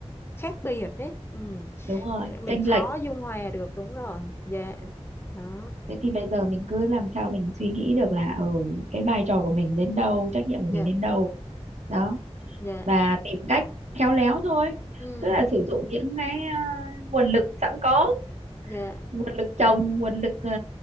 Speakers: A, on the left; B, on the right.
A: khác biệt đấy ừ.
B: đúng rồi
A: mình
B: chênh
A: khó
B: lệch
A: dung hòa được đúng rồi dạ
B: Ừ.
A: đó
B: thế thì bây giờ mình cứ làm sao mình suy nghĩ được là ừ, cái vai trò của mình đến đâu trách nhiệm của
A: dạ
B: mình đến đâu đó
A: dạ
B: và tìm cách khéo léo thôi
A: ừ
B: tức là sử dụng những cái à, nguồn lực sẵn có
A: dạ
B: nguồn lực chồng nguồn lực ờ,